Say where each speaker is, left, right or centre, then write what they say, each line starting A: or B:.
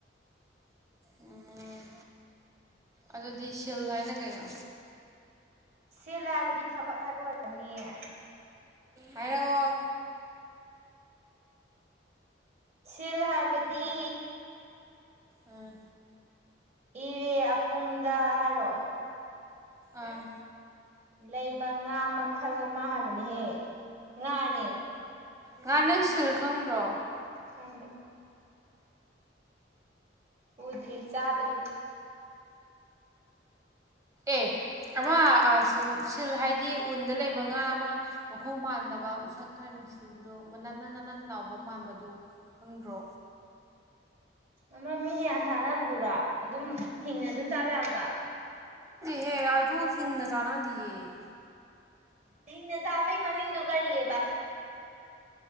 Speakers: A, on the right; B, on the right.
A: ꯎꯝ ꯑꯗꯨꯗꯤ ꯁꯤꯜ ꯍꯥꯏꯅ ꯀꯩꯅꯣ
B: ꯁꯤꯜꯂ ꯍꯥꯏꯕꯗꯤ ꯊꯕꯛ ꯍꯥꯏꯕ ꯑꯣꯏꯔꯝꯅꯤꯌꯦ
A: ꯍꯥꯏꯔꯀꯑꯣ
B: ꯁꯤꯜ ꯍꯥꯏꯕꯗꯤ
A: ꯑꯥ
B: ꯏꯔꯦ ꯑꯄꯨꯡꯗ ꯍꯥꯏꯔꯛꯣ
A: ꯑꯥ
B: ꯂꯩꯕ ꯉꯥꯃꯛ ꯈꯜ ꯑꯃ ꯍꯥꯏꯕꯅꯤꯍꯦ ꯉꯅꯦ
A: ꯉꯍ ꯅꯪ ꯁꯤꯜ ꯈꯪꯗ꯭ꯔꯣ
B: ꯍꯪꯦ ꯎꯗ꯭ꯔꯤ ꯆꯗ꯭ꯔꯤ
A: ꯑꯦ ꯑꯃ ꯁꯤꯜ ꯍꯥꯏꯗꯤ ꯎꯟꯗ ꯂꯩꯕ ꯉꯥ ꯑꯃ ꯃꯈꯣꯡ ꯄꯥꯟꯗꯕ ꯃꯁꯛ ꯈꯔ ꯅꯨꯡꯁꯤꯕꯗꯣ ꯅꯟꯅ ꯅꯟꯅꯟꯅ ꯂꯅꯥꯎꯕ ꯃꯥꯟꯕꯗꯨꯣ ꯈꯪꯗ꯭ꯔꯣ
B: ꯃ ꯃꯅꯤ ꯁꯥꯟꯅꯕꯗꯨꯔꯣ ꯑꯗꯨꯝ ꯍꯤꯡꯉ ꯑꯗꯨꯝ ꯆꯥꯕ ꯌꯥꯕꯗ
A: ꯍꯦ ꯑꯗꯨ ꯍꯤꯡꯅ ꯆꯥꯟꯅꯗꯤꯌꯦ
B: ꯍꯦꯡꯅ ꯆꯥꯕꯒꯤ ꯃꯃꯤꯡꯗꯨ ꯀꯔꯤꯑꯕ